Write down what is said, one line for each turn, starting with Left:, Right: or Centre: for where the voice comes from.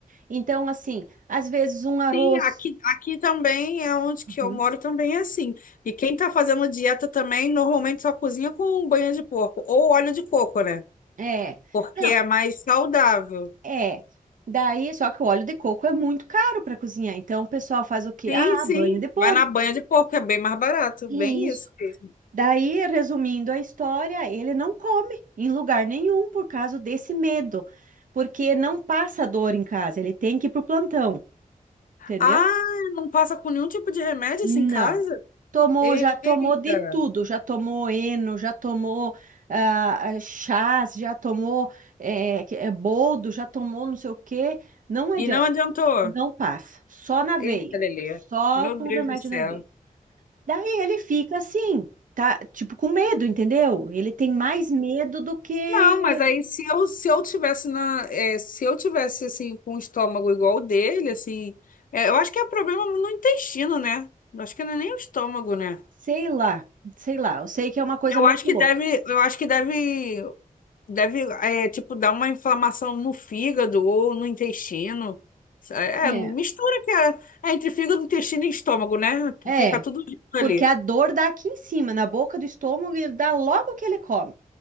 Right: Então, assim, às vezes um arroz.
Left: Sim, aqui, aqui também é onde
Right: Uhum.
Left: que eu moro também é assim. E quem tá fazendo dieta também normalmente só cozinha com banha de porco ou óleo de coco, né?
Right: É.
Left: Porque
Right: Não,
Left: é mais saudável.
Right: é. Daí, só que o óleo de coco é muito caro para cozinhar. Então, o pessoal faz o quê?
Left: Sim,
Right: Ah,
Left: sim.
Right: banho de porco.
Left: Vai na banha de porco, que é bem mais barato. Bem
Right: Isso.
Left: isso. mesmo.
Right: Daí, resumindo a história, ele não come em lugar nenhum por causa desse medo, porque não passa dor em casa, ele tem que ir pro plantão, entendeu?
Left: Ah, não passa com nenhum tipo de remédio
Right: Não.
Left: assim em casa?
Right: Tomou,
Left: Eita.
Right: já tomou de tudo, já tomou eno, já tomou ah, ah, chás, já tomou eh, que- eh, boldo, já tomou não sei o quê. Não adianta,
Left: E não adiantou?
Right: não passa, só na veia,
Left: Eita, Lelê.
Right: só
Left: Meu
Right: com
Left: Deus
Right: remédio
Left: do céu.
Right: na veia. Daí ele fica assim, tá? Tipo, com medo, entendeu? Ele tem mais medo do que,
Left: Não, mas aí se eu, se eu tivesse na, é, se eu tivesse assim com o estômago igual o dele, assim, é, eu acho que é problema no intestino, né? Eu acho que não é nem o estômago, né?
Right: sei lá, sei lá. Eu sei que é uma coisa
Left: Eu
Right: muito
Left: acho que
Right: louca.
Left: deve, eu acho que deve. Deve, é, tipo, dar uma inflamação no fígado ou no intestino. É,
Right: É,
Left: mistura que é, é entre fígado, intestino e estômago, né?
Right: é,
Left: Fica tudo junto ali.
Right: porque a dor dá aqui em cima, na boca do estômago, e dá logo que ele come.